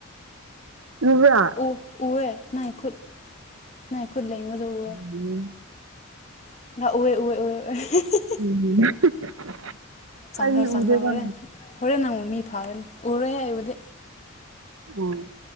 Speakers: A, on the right (about 70°); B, on the left (about 30°).
A: ꯂꯨꯕ꯭ꯔꯥ
B: ꯎ ꯎꯋꯦ ꯅꯪ ꯈꯨꯠ ꯅꯪ ꯈꯨꯠ ꯂꯦꯡꯕꯗꯣ ꯎꯋꯦ
A: ꯎꯝ
B: <unintelligible>
A: ꯎꯝ <unintelligible>
B: ꯆꯪꯈ꯭ꯔꯣ
A: ꯑꯩ
B: ꯆꯪꯈ꯭ꯔꯣ
A: ꯎꯗꯦꯕ
B: ꯍꯣꯔꯦꯟ ꯍꯣꯔꯦꯟ ꯅꯪ ꯃꯤ ꯐꯥꯒꯅꯤ ꯎꯔꯣꯏ ꯍꯥꯏꯕꯗꯤ
A: ꯎꯝ